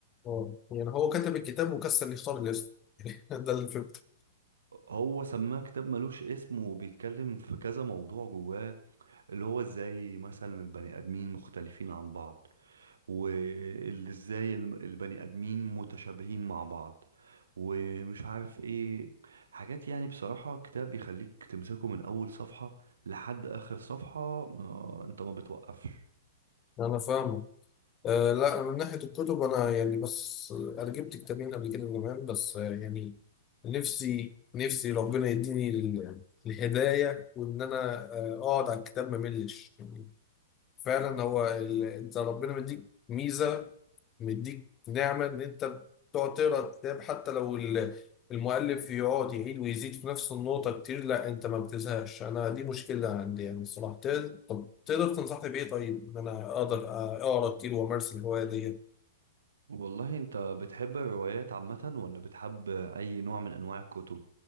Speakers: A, on the left; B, on the right.
A: اه يعني هو كتب الكتاب وكسل يختار الاسم <laughs> ده اللي فهمته
B: هو سماه كتاب ملوش اسم وبيتكلم في كذا موضوع جواه اللي هو ازاي مثلا البني آدمين مختلفين عن بعض واللي ازاي الم- البني ادمين متشابهين مع بعض ومش عارف ايه حاجات يعني بصراحة كتاب يخليك تمسكه من اول صفحة لحد اخر صفحة ما انت ما بتوقفش
A: انا فاهمه آه لا من ناحيه الكتب انا يعني بس آه، انا جبت كتابين قبل كده زمان بس آه يعني نفسي نفسي ربنا يديني ال- الهدايه وان انا آه، اقعد على الكتاب ما ملش يعني فعلا هو ال- انت ربنا مديك ميزه مديك نعمة إن أنت تقعد تقرا الكتاب حتى لو ال- المؤلف يقعد يعيد ويزيد في نفس النقطة كتير لا أنت ما بتزهقش أنا دي مشكلة عندي يعني الصراحة تقدر- طب تقدر تنصحني بإيه طيب إن أنا أقدر أقرا كتير وأمارس الهواية دي
B: والله انت بتحب الروايات عامة ولا بتحب اي نوع من انواع الكتب